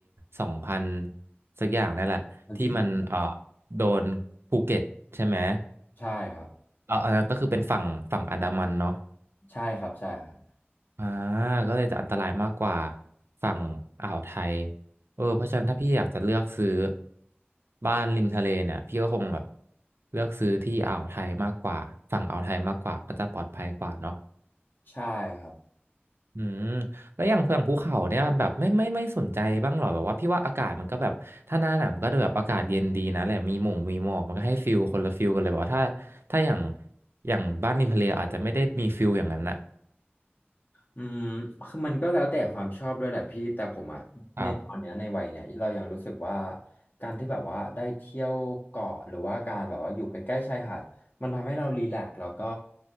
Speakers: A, on the right (about 70°); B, on the left (about 45°).
A: สองพันสักอย่างนั่นแหละ
B: มันสิ
A: ที่มันเอ่อโดนภูเก็ตใช่ไหม
B: ใช่ครับ
A: เอออันนั้นก็คือเป็นฝั่งฝั่งอันดามันเนาะ
B: ใช่ครับใช่ครับ
A: อ่าก็เลยจะอันตรายมากกว่าฝั่งอ่าวไทยเออเพราะฉะนั้นถ้าพี่อยากจะเลือกซื้อบ้านริมทะเลเนี่ยพี่ก็คงแบบเลือกซื้อที่อ่าวไทยมากกว่าฝั่งอ่าวไทยมากกว่าก็จะปลอดภัยกว่าเนาะ
B: ใช่ครับ
A: อืมแล้วอย่างฝั่งภูเขาเนี่ยแบบไม่ไม่ไม่สนใจบ้างหรอแบบว่าพี่ว่าอากาศมันก็แบบถ้าหน้าหนาวมันก็แบบอากาศเย็นดีนะแหละมีหมงมีหมอกมันก็ให้ฟิลคนละฟิลกันเลยแบบว่าถ้าถ้าอย่างอย่างบ้านริมทะเลอาจจะไม่ได้มีฟิลอย่างนั้นนะ
B: อืมคือมันก็แล้วแต่ความชอบด้วยแหละพี่แต่ผมอะในตอนเนี้ยในวัยเนี้ยเรายังรู้สึกว่า
A: ครับ
B: การที่แบบว่าได้เที่ยวเกาะหรือว่าการแบบว่าอยู่ใกล้ๆชายหาดมันทำให้เรารีแลกซ์แล้วก็